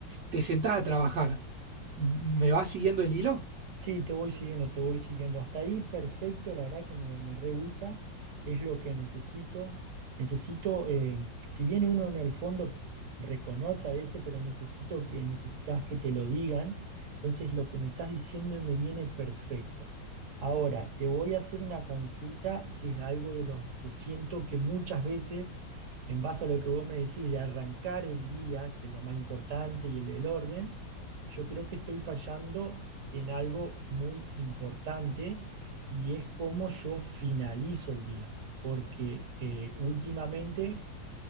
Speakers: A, on the right; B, on the right.
A: te sentás a trabajar. ¿Me vas siguiendo el hilo?
B: Sí, te voy siguiendo, te voy siguiendo. Hasta ahí, perfecto, la verdad que me, me re gusta, es lo que necesito. Necesito, eh, si bien uno en el fondo reconoce a veces, pero necesito que necesitas que te lo digan, entonces lo que me estás diciendo me viene perfecto. Ahora, te voy a hacer una consulta que es algo de lo que siento que muchas veces, en base a lo que vos me decís, de arrancar el día, que es lo más importante y el el orden yo creo que estoy fallando en algo muy importante y es cómo yo finalizo el día, porque eh, últimamente